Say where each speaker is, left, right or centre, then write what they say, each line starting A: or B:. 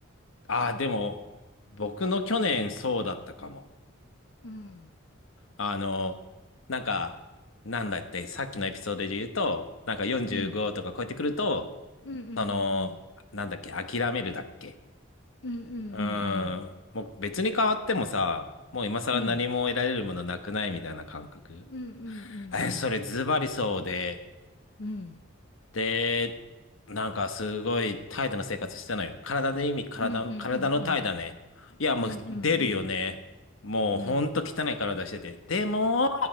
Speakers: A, on the left (about 75°); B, on the left (about 55°).
A: ーあー、でも、僕の去年そうだったかも。
B: うん
A: あの、なんか、なんだって、さっきのエピソードで言うと、なんか45とか超えてくると、
B: うんうんうんうん
A: その、なんだっけ、諦めるだっけ。
B: うんうんうんうんう
A: うん。
B: ん
A: もう別に変わってもさ、もう今更何も得られるものなくないみたいな感覚。
B: うんうんうんうん
A: え、それズバリそうで、
B: うんうん
A: で、なんかすごい怠惰な生活してたのよ。体で意味、体の、
B: うんうんうんうんうん
A: 体の怠惰ね。いや、もう出るよね。
B: うんうんうんうん
A: もうほんと汚い体してて。
B: うんう
A: でも、